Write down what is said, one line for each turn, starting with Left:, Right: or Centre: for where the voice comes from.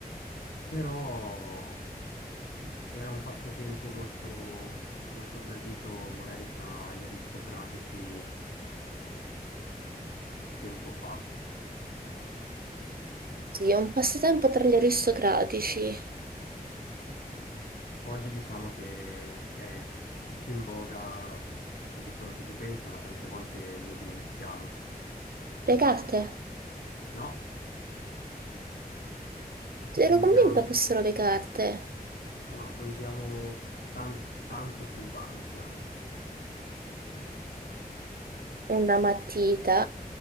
Left: però era un passatempo molto, molto gradito magari tra gli aristocratici eh, tempo fa.
Right: Sì, è un passatempo tra gli aristocratici.
Left: Oggi diciamo che è più in voga di quello che si pensa, ma tante volte lo dimentichiamo.
Right: Le carte?
Left: No, lo
Right: Ero
Left: usiamo.
Right: convinta fossero le carte.
Left: No, no, lo usiamo tan- tanto sui banchi anche.
Right: Una matita,